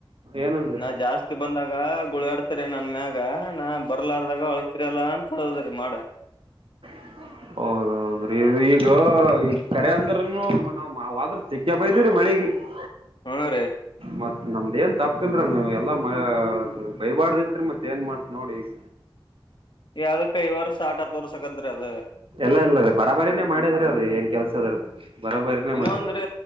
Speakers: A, on the right (about 80°); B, on the left (about 60°).
A: ಏನಂದ್ರಿ
B: ನಾ ಜಾಸ್ತಿ ಬಂದಾಗ ಗುಳಾಡ್ತರಿ ನನ್ ಮ್ಯಾಗ ನಾ ಬರ್ಲಾರ್ದಾಗ ಅಳಗ್ತಿರಿಲ್ಲಾ ಅಂತ ಅದ್ರಿ ಮಾಡ.
A: <inaudible> ಹೌದೌದ್ರೀ ಈಗ ಈ ಕರೆ ಅಂದ್ರನು ನಾವದ್ರ ಸಿಗ್ಗೆ ಬಿದ್ರೀ ಮಳಿಗೆ. <inaudible>
B: ಹಾ ರೀ.
A: ಮತ್ ನಮ್ದ ಏನ್ ತಪ್ಪಿಲ್ರ ನೀ ಎಲ್ಲಾ ಮ ಬೈಬಾರ್ದಿತ್ರಿ ಮತ್ ಏನ್ ಮಾಡ್ತ್ ನೋಡಿ ಈಗ.
B: ಯಾವದಕ್ಕೈ ವರ್ಷ ಆಟ ಹತ್ ವರ್ಸಕತ್ರಿ ಅದು.
A: ಎಲ್ಲಾ ಇಲ್ಲದ ಬರಾಬಾರಿನೇ ಮಾಡ್ಯದ್ರಿ ಅ್ರ ಏನ್ ಕೆಲ್ಸ ಅದರದದು ಬರಾಬಾರಿನೇ
B: ಏನೋ
A: ಮಾಡ್ಯದ.
B: ಅಂದ್ರಿ